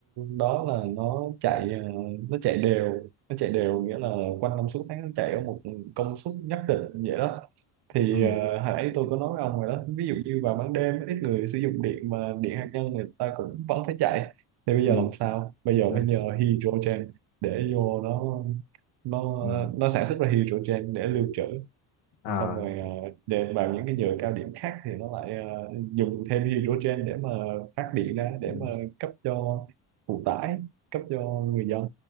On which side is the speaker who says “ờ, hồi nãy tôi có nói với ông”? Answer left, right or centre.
Right